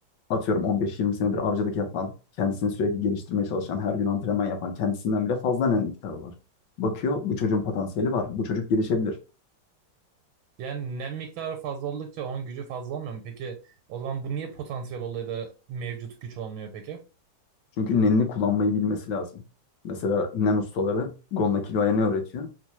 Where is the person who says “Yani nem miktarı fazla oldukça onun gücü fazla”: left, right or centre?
Right